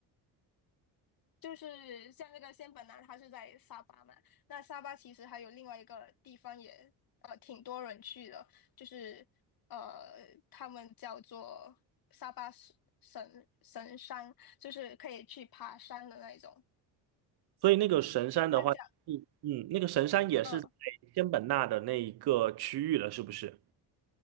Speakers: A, on the left; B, on the right.
A: 就是像那个仙本那，它是在沙巴嘛，那沙巴其实还有另外一个地方也呃挺多人去的，就是呃他们叫做沙巴神神神山，就是可以去爬山的那一种，
B: 所以那个神山的话，
A: 它叫。
B: 嗯嗯，那个神山也是在仙本那的那一个区域了，
A: 嗯。
B: 是不是？